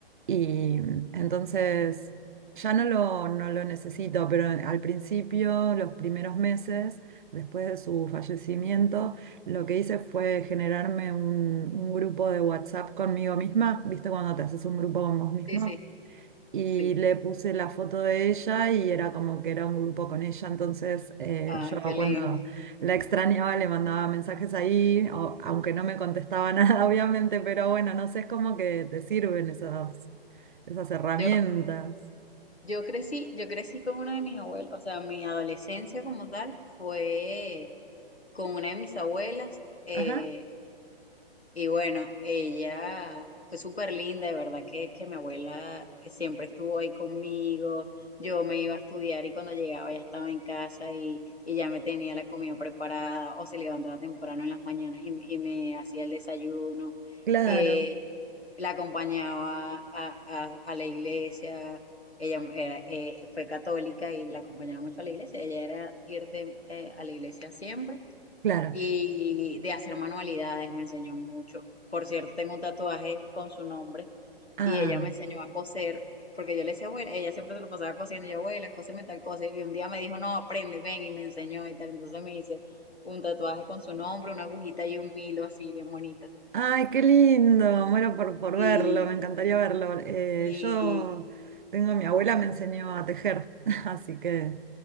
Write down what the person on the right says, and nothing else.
Y mm, entonces ya no lo, no lo necesito, pero al principio, los primeros meses, después de su fallecimiento, lo que hice fue generarme un, un grupo de WhatsApp conmigo misma, ¿viste? Cuando te haces un grupo con vos mismo.
Y
le puse la foto de ella y era como que era un grupo con ella. Entonces, eh,
yo
cuando la extrañaba le mandaba mensajes ahí, o- aunque no me contestaba <laughs> nada, obviamente, pero bueno, no sé, es como que te sirven esas, esas herramientas.
Ajá.
Claro,
claro.
Ah,
ay, qué lindo. Muero por, por
verlo, me encantaría verlo. Eh,
yo tengo, mi abuela me enseñó a tejer, <laughs> así que,